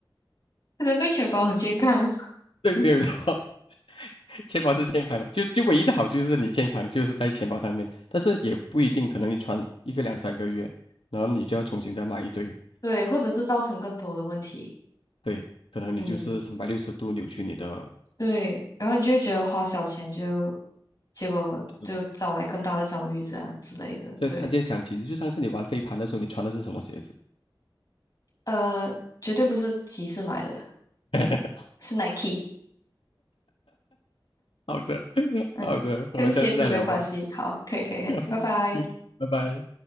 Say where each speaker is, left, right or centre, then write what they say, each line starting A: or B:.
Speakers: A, on the left; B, on the left.
A: 可能对钱包很健康，<laughs>
B: <laughs> 对，没有错，<laughs> 钱包是健康的，就就唯一的好处就是你健康就是在钱包上面，但是也不一定，可能你穿一个两三个月，然后你就要重新再买一堆，
A: 对，或者是造成更多的问题，
B: 对，可能你就是三百六十度扭曲你的，
A: 嗯，对，然后你就会觉得花小钱就，结果就招来更大的遭遇，
B: 嗯
A: 这样之类的，
B: 所以突然间想起，
A: 对，
B: 就上次你玩飞盘的时候，你穿的是什么鞋子？
A: 呃，绝对不是集市买的，
B: <laughs>
A: 是 Nike，
B: 好的，<laughs>
A: 嗯，
B: 好的，
A: 跟鞋子没有关系，
B: 我们下次再聊吧。
A: 好，可以，可以，可以，
B: <laughs>
A: 拜拜。
B: 好嗯，拜拜。